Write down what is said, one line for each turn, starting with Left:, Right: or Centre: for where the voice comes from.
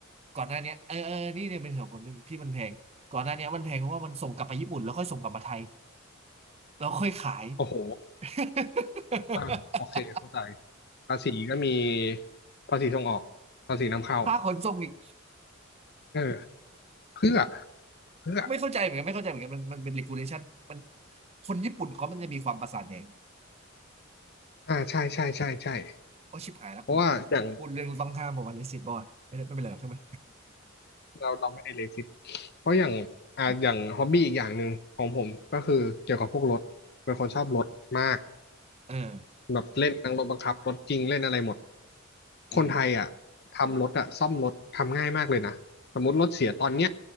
Right: ก่อนหน้าเนี้ยเออเออนี่เนี่ยเป็นเหตุผลหนึ่งที่มันแพงก่อนหน้าเนี้ยมันแพงเพราะว่ามันส่งกลับไปญี่ปุ่นแล้วค่อยส่งกลับมาไทยแล้วค่อยขาย
Left: โอ้โห
Right: <laughs>
Left: อ่าโอเคเข้าใจภาษีก็มีภาษีส่งออกภาษีนำเข้า
Right: ค่าขนส่งอีก
Left: เออเพื่อ เพื่อ
Right: ไม่เข้าใจเหมือนกันไม่เข้าใจเหมือนกันมันมันเป็น regulation มันคนญี่ปุ่นเขามันจะมีความประสาทแดง
Left: อ่าใช่ใช่ใช่ใช่
Right: โอ้ชิบหายแล้วคุณเดี๋ยวพูดเรื่องต้องห้ามบอกว่าเลสิตบอลไม่ได้ไม่เป็นไรหรอกใช่ไหม
Left: เพราะว่าอย่างเราเราไม่ได้เลสิตเพราะอย่างอ่าอย่างฮอบบี้อีกอย่างหนึ่งของผมก็คือเกี่ยวกับพวกรถ เป็นคนชอบรถมาก
Right: <laughs> เออ
Left: แบบเล่นทั้งรถบังคับรถจริงเล่นอะไรหมด
Right: เออ
Left: คนไทยอ่ะทำรถอ่ะซ่อมรถทำง่ายมากเลยนะสมมติรถเสียตอนเนี้ย